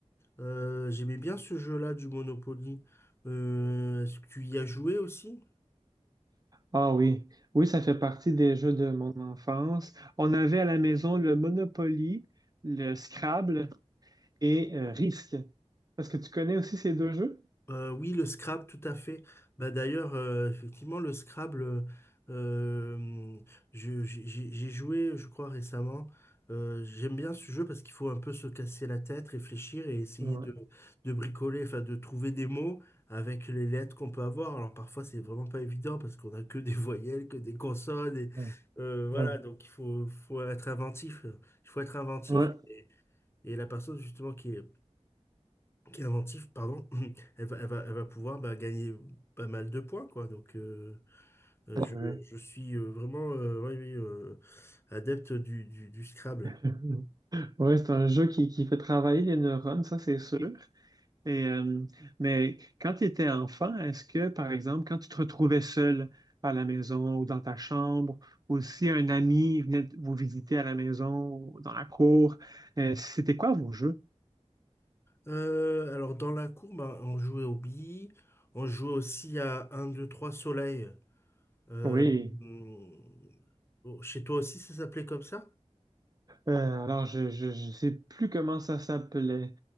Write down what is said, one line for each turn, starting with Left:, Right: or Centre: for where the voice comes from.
Left: Euh, j'aimais bien ce jeu-là du Monopoly. Euh, est-ce que tu y as joué aussi?
Right: Ah oui, oui, ça fait partie des jeux de mon enfance. On avait à la maison le Monopoly, le Scrabble, et euh, Risk. Est-ce que tu connais aussi ces deux jeux?
Left: Euh, oui, le Scrabble, tout à fait. Bah, d'ailleurs, euh, effectivement, le Scrabble, euh, euh, je- j'ai j'ai- j'ai joué, je crois, récemment. Euh, j'aime bien ce jeu parce qu'il faut un peu se casser la tête, réfléchir et essayer
Right: Ouais,
Left: de, de bricoler, enfin de trouver des mots avec les lettres qu'on peut avoir. Alors parfois, c'est vraiment pas évident parce qu'on a que des voyelles, que des consonnes. Et,
Right: ouais,
Left: euh, voilà,
Right: ouais,
Left: donc il faut, faut être inventif. Il faut être inventif.
Right: ouais,
Left: Et, et la personne, justement, qui est qui est inventive, pardon, <laughs> elle va, elle va, elle va pouvoir bah, gagner pas mal de points, quoi. Donc, euh, euh,
Right: c'est
Left: je,
Right: vrai.
Left: je suis euh, vraiment euh, oui, oui, euh, adepte du, du- du Scrabble.
Right: <laughs> Ouais, c'est un jeu qui, qui fait travailler les neurones, ça c'est sûr. Et, euh, mais quand tu étais enfant, est-ce que, par exemple, quand tu te retrouvais seul à la maison ou dans ta chambre, ou si un ami venait te- vous visiter à la maison ou dans la cour, euh, c'était quoi vos jeux?
Left: Euh, alors, dans la cour, bah, on jouait aux billes, on jouait aussi à un, 2, 3 soleil. Euh,
Right: Oui.
Left: hum, chez toi aussi, ça s'appelait comme ça?
Right: Euh, alors, je, je, je sais plus comment ça s'appelait.